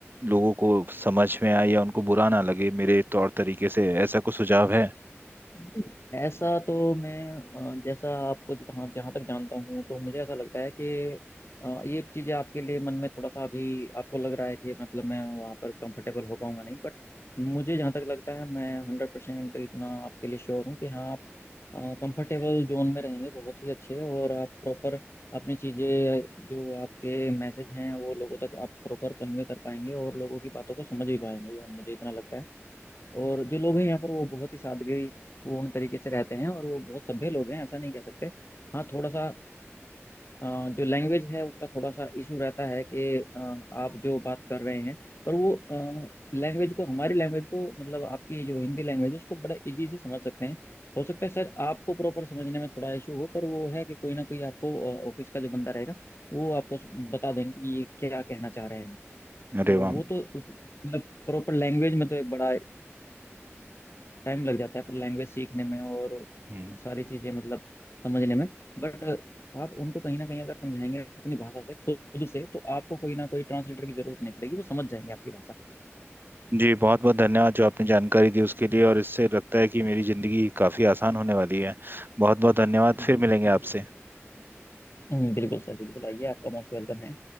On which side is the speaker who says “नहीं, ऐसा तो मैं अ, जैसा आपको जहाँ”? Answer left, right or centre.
Left